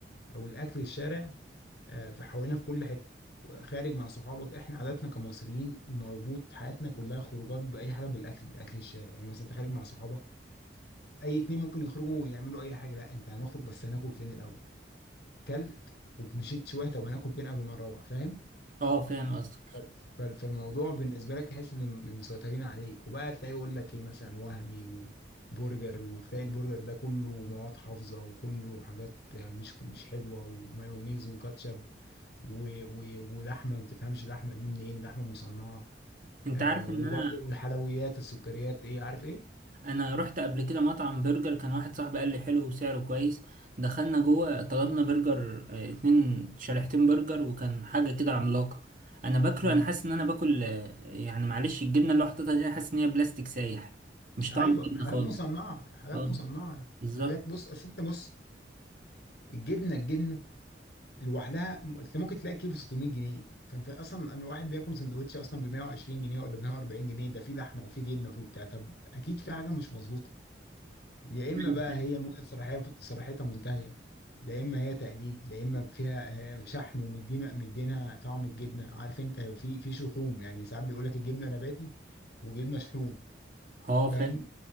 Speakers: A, on the left; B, on the right.
A: او الاكل الشارع آه، في حوالينا في كل حته خارج مع صحابك احنا عاداتنا كمصريين مربوط حياتنا كلها خروجات باي حاجه بالاكل اكل الشارع يعني مثلا انت خارج مع صحابك اي اتنين ممكن يخرجوا ويعملوا اي حاجه لا انت هنخرج بس هناكل فين الاول كلت ومشيت شويه طب هناكل فين قبل ما نروح فاهم
B: اه فاهم قصدك
A: ف- فالموضوع بالنسبه لك تحس ان مسيطرين عليك وبقى تلاقي يقول لك ايه مثلا وهمي وبرجر وتلاقي البرجر ده كله مواد حافظه وكله حاجات مش مش حلوه ومايونيز وكاتشب و... و... ولحمه ما تفهمش اللحمه دي منين لحمه مصنعه
B: انت
A: آه
B: عارف
A: وبرضه
B: ان انا
A: الحلويات السكريات ايه عارف ايه
B: انا رحت قبل كده مطعم برجر كان واحد صاحبي قال لي حلو وسعره كويس دخلنا جوه طلبنا برجر آه، اتنين شريحتين برجر وكان حاجة كده عملاقة انا باكله
A: امم
B: انا حاسس ان انا باكل آه، يعني معلش الجبنة اللي هو حاططها دي انا حاسس ان هي بلاستيك سايح مش
A: ايوه
B: طعم الجبنة
A: حاجات
B: خالص
A: مصنعه حاجات
B: اه
A: مصنعه
B: بالظبط
A: حاجات بص اصل انت بص الجبنه الجبنه لوحدها م- انت ممكن تلاقي كيلو 600 جنيه فانت اصلا انا واحد بياكل سندوتش اصلا ب 120 جنيه ولا ب 140 جنيه ده فيه لحمه وفيه جبنه وفيه بتاع طب اكيد في حاجه مش مظبوطه يا اما
B: أيوة.
A: بقى هي موجة صلاحيه صلاحيتها منتهيه لا اما هي تقليد لا اما فيها آه، شحم ومدينا مدينها طعم الجبنه عارف انت في في شحوم يعني ساعات بيقول لك الجبنه نباتي وجبنه شحوم
B: اه
A: فاهم
B: فاهم